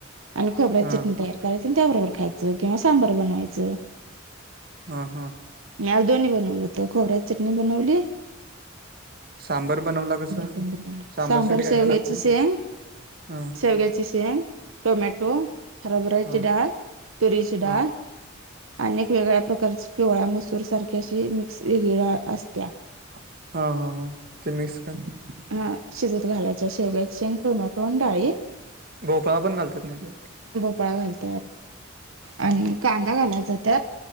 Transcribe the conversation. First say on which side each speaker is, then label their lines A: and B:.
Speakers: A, on the right; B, on the right.
A: आणि खोबऱ्याची
B: हा
A: चटणी तयार करायची. तिन त्याबरोबर खायचं किंवा सांबर बनवायचं.
B: हां. हां.
A: मी आज दोन्ही बनवलं होत. खोबऱ्याची चटणी बनवली
B: सांबर बनवला कसं?
A: तेण बनवला.
B: सांबरसाठी
A: सांबर
B: काय
A: शेवग्याची
B: काय लागते
A: शेंग,
B: हा
A: शेवग्याची शेंग टोमॅटो हरबऱ्याची
B: हा
A: डाळ, तुरीची डाळ
B: हा
A: आणि एक वेगळ्या प्रकारची पिवळ्या मसूर सारखी, अशी मिक्स वेगळी डाळ असतिया.
B: हा. हा. हा. ते मिक्स कराय
A: हा शिजत घालायचं शेवग्याची शेंग, टोमॅटो आणि डाळी.
B: भोपाळा पण घालत्यात माहिताय?
A: पळा घालत्यात आणि कांदा घालायचा त्यात.